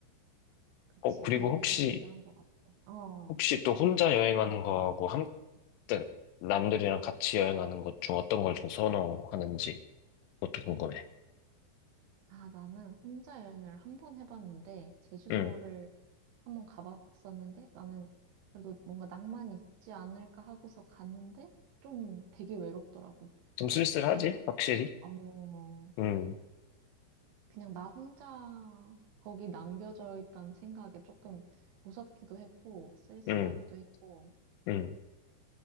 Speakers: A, on the right; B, on the left.
A: 그치.
B: 어, 그리고
A: 계획이
B: 혹시,
A: 중요한 것 같아. 어.
B: 혹시 또 혼자 여행하는 거하고 함, 그 남들이랑 같이 여행하는 것 중 어떤 걸 좀 선호하는지 그것도 궁금해.
A: 아, 나는 혼자 여행을 한 번 해봤는데, 제주도를
B: 음,
A: 한번 가봤었는데, 나는 그래도 뭔가 낭만이 있지 않을까 하고서 갔는데, 좀 되게 외롭더라고.
B: 좀 쓸쓸하지?
A: 비행기,
B: 확실히?
A: 어,
B: 음,
A: 그냥 나 혼자 거기 남겨져 있다는 생각에 조금 무섭기도 했고, 쓸쓸하기도
B: 음,
A: 했고,
B: 음,